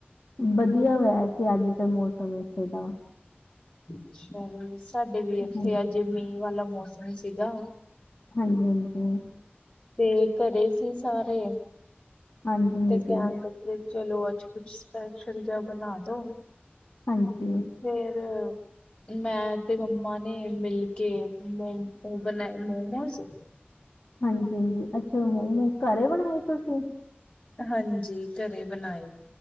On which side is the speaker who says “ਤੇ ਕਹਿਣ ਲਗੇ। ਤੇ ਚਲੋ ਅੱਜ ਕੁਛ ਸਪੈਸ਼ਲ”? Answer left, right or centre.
Left